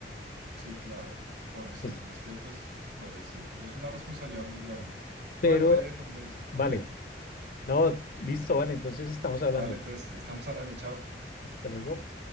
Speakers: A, on the right; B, on the left.
A: sí, claro. Pobrecitos,
B: Pues,
A: es que pues, pobrecitos, es una responsabilidad muy grande. Juan,
B: pero
A: te dejo un mes.
B: vale.
A: Dime.
B: No, listo,
A: Ve,
B: vale, entonces estamos hablando.
A: Vale, entonces, estamos hablando, chao.
B: Hasta luego.